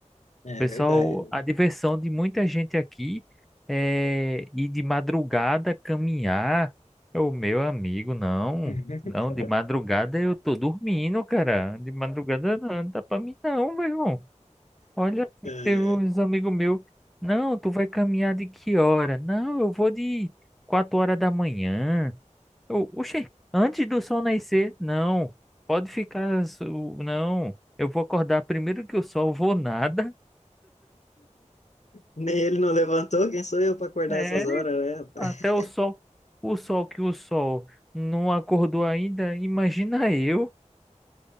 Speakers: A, on the left; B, in the centre.
A: É
B: Pessoal,
A: verdade, né?
B: a diversão de muita gente aqui é ir de madrugada caminhar. O meu amigo, não.
A: <laughs>
B: Não, de madrugada eu tô dormindo, cara. De madrugada não, não dá pra mim não, meu irmão. Olha,
A: É.
B: teve uns amigos meus. Não, tu vai caminhar de que hora? Não, eu vou de quatro horas da manhã. Eu, oxe, antes do sol nascer? Não, pode ficar. su- Não, eu vou acordar primeiro que o sol, vou nada.
A: Nem ele não levantou, quem sou eu para acordar
B: é
A: essas horas, né? rapaz?
B: Até o sol, o sol que o sol não acordou ainda, imagina eu.